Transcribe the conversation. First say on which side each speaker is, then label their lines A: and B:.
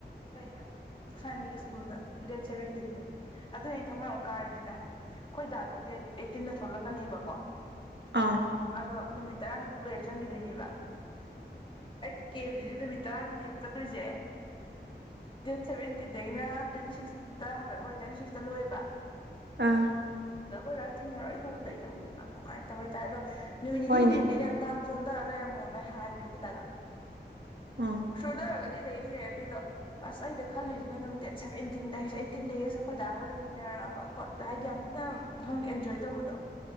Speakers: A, on the left; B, on the right.
A: ꯀꯩꯗ ꯁꯅꯤ ꯁꯀꯨꯜꯗ ꯗꯦꯠ ꯁꯦꯕꯦꯟ ꯇꯤꯟꯗ ꯑꯗꯨꯅꯦ ꯊꯝꯃꯣꯏ ꯑꯃꯨꯛ ꯀꯥꯔꯤꯁꯤꯅꯦ ꯑꯩꯈꯣꯏꯗꯥꯗꯣ ꯗꯦꯠ ꯑꯩꯠꯇꯤꯟꯗ ꯊꯣꯛꯂꯛꯀꯅꯦꯕꯀꯣ
B: ꯑꯥ
A: ꯑꯗꯣ ꯅꯨꯃꯤꯠ ꯇꯔꯥꯅꯤꯃꯨꯛ ꯂꯩꯔ ꯆꯪꯈꯤꯗꯣꯏꯅꯦꯕ ꯑꯩꯒꯤ ꯀꯦꯞꯁꯤꯗꯤ ꯅꯨꯃꯤꯠ ꯆꯥꯔꯤꯅꯦꯕ ꯆꯠꯇꯣꯏꯁꯦ ꯁꯕꯤ ꯤꯗꯒꯤꯅ ꯇ꯭ꯋꯦꯟꯇꯤ ꯁꯤꯛꯁꯇ ꯍꯂ ꯍꯣꯏ ꯇ꯭ꯋꯦꯟꯇꯤ ꯁꯤꯛꯁꯇ ꯂꯣꯏꯦꯕ
B: ꯑ
A: ꯑꯗꯣ ꯑꯩꯣꯏꯔꯥ ꯊꯦꯡꯅꯔꯣꯏ ꯈꯜꯕꯗꯩꯁꯨꯧ ꯃꯨꯅ ꯅꯨꯡꯉꯥꯏꯇꯕ ꯍꯥꯏꯇꯥꯔ ꯑꯗꯣ ꯅꯨꯃꯤꯅꯤꯅꯤ
B: ꯍꯣꯏꯅꯦ
A: ꯍꯨꯝꯅꯤꯔꯗꯦ ꯌꯥꯥꯛ ꯆꯣꯟꯊꯔ ꯂꯩꯔꯝꯃꯣꯅꯦ ꯍꯥꯏꯕꯗꯨ ꯃꯈꯗꯥꯗ
B: ꯑꯥ
A: ꯁꯣꯗꯣ ꯑꯒ ꯂꯩꯔꯗꯤ ꯂꯩꯔꯕꯗꯤ ꯑꯗꯣ ꯑꯁ ꯑꯩꯗ ꯈꯜꯂꯨꯁꯤꯅ ꯑꯗꯨꯝ ꯗꯦꯠ ꯁꯚꯦꯟꯇꯤꯟꯗ ꯑꯩꯠꯇꯤꯟꯗꯒꯤ ꯑꯁ ꯈꯣꯏꯗꯥꯑꯒ ꯂꯩꯃꯤꯟꯅꯔꯕ ꯈꯣꯠ ꯍꯥꯏꯗꯤ ꯌꯥꯝ ꯊꯤꯅ ꯈꯪꯗꯦ ꯑꯦꯟꯖꯣꯏ ꯇꯧꯕꯗꯣ